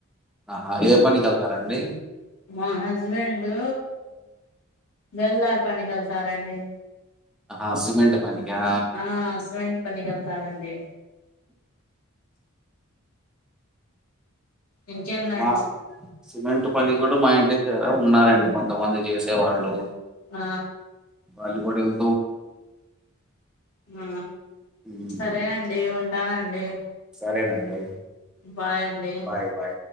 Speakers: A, in the centre; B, on the left.
A: ఆహా ఏ పనికి వెళ్తారండి
B: మా హస్బెండు బిల్డర్ పనికి వెళ్తారండి
A: ఆహా సిమెంట్ పనికా
B: ఆ సిమెంట్ పనికి వెళ్తారండి ఇంకేందండి
A: మా సిమెంట్ పని కూడా మా ఇంటిదగ్గర ఉన్నారండి కొంతమంది చేసే వాళ్ళు
B: ఆ
A: వాళ్ళ కూడా వేల్
B: ఆ
A: ఉమ్,
B: సరేనండి ఉంటానండి
A: సరేనండి
B: బాయ్ అండి
A: బాయ్ బాయ్